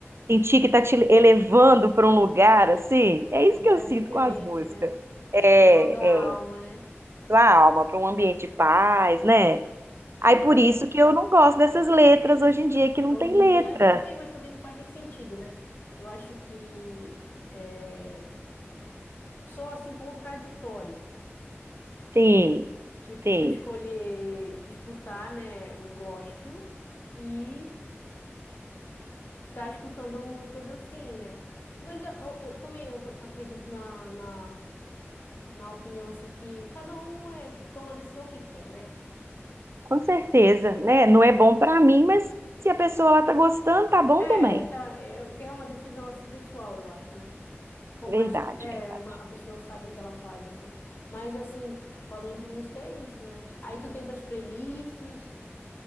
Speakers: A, on the right; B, on the left.
A: sentir que tá te elevando para um lugar assim? É
B: Um
A: isso
B: lugar
A: que eu sinto
B: diferente,
A: com as músicas.
B: né?
A: É,
B: Levando a alma,
A: é
B: né?
A: sua alma para um ambiente de paz, né? Aí
B: Então,
A: por isso que eu não gosto dessas letras hoje em dia que não
B: hoje
A: tem
B: em
A: letra.
B: dia, não é, mas também não faz nem sentido, né? Eu acho que é, sou assim contraditório.
A: Sim,
B: Tipo,
A: sim,
B: tu escolher escutar, né, o gospel e tá escutando músicas assim, né? Mas eu, eu- eu também eu acredito na, na, na opinião, assim, que cada um é, toma a decisão que quer, né?
A: com certeza, né? Não é bom para mim, mas se a pessoa lá tá gostando, tá bom
B: É,
A: também.
B: tá, é, que é uma decisão, assim, pessoal, eu acho, né? Por
A: Verdade,
B: mais que é,
A: verdade.
B: uma, a pessoa sabe o que ela faz, assim. Mas, assim, falando de música é isso, né? Aí tu tem tuas playlists,